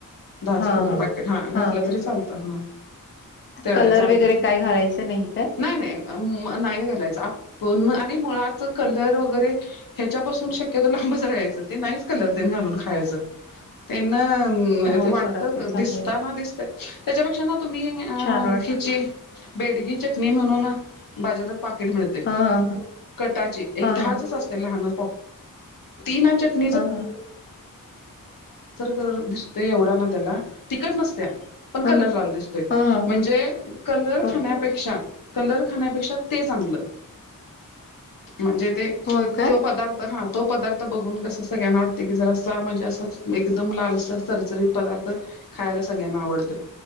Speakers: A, on the left; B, on the left.
A: दहाचं
B: हां,
A: पूर्ण
B: हां.
A: पकेट हा घटलं
B: हां, हां.
A: तरी चालतं हा. तेवढ्या
B: कलर
A: चालत
B: वगैरे काय घालायचं काय?
A: नाही नाही. नाही घालायचं आपण आणि मुळाच कलर वगैरे ह्याच्यापासून शक्यतो लांबच राहायचं ते नाहीच कलर ते घालून खायचं. त्यांना
B: होय
A: ते वाटत
B: सोडा ते चांगलं
A: दिसताना
B: आहे.
A: दिसत त्याच्यापेक्षा ना तुम्ही अ
B: छान वाट
A: हिची. बेडगी चटणी म्हणून बाजारात पाकिट मिळते.
B: हा हा हा.
A: कटाचे एक दहाच
B: हा
A: असते. ल त चट
B: हा
A: अर् दिसत एवढा ना त्याला तिकट नसत्या. पण कलर
B: हा
A: लाला दिसतोय
B: हा हा
A: म्हणजे कलर
B: होय
A: खाण्यापेक्षा
B: काय
A: कलर खाण्यापेक्षा ते चांगलं म्हणजे ते
B: होय काय
A: तो पदार्थ तर हा तो पदार्थ बघून कस सगळ्यांना वाटते की जरा म्हणजे असं. एकदम लालसर चरचरीत पदार्थ खायला सगळ्यांना आवडत.